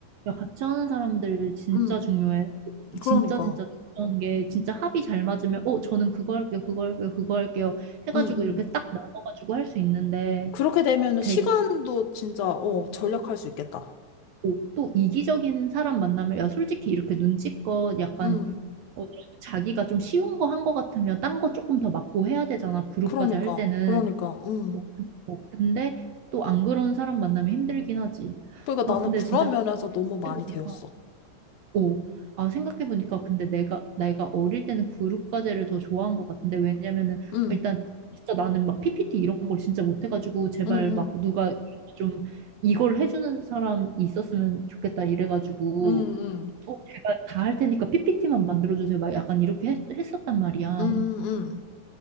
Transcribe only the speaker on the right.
야, 같이 하는 사람들 진짜
중요해.
진짜, 진짜 중요한 게, 진짜 합이 잘 맞으면, 어, 저는 그거 할게요, 그거 할게요, 그거 할게요. 해가지고
이렇게
딱 나눠가지고 할 수 있는데,
되게,
또, 또 이기적인 사람 만나면, 야, 솔직히 이렇게 눈치껏 약간
어, 좀 자기가 좀 쉬운 거 한 거 같으면 딴 거 조금 더 맞고 해야 되잖아. 그룹까지
할 때는.
어, 어, 근데 또 안 그런 사람 만나면 힘들긴 하지.
아,
근데
진짜
생각해보니까,
오, 아, 생각해보니까 근데 내가, 내가 어릴 때는 그룹 과제를 더 좋아한 것 같은데, 왜냐면은
일단 진짜 나는 막 PPT 이런 걸 진짜 못해가지고, 제발
막
누가 좀 이걸 해주는 사람이 있었으면 좋겠다 이래가지고,
어, 제가 다 할 테니까 PPT만 만들어주세요. 막 약간 이렇게 했, 했었단 말이야.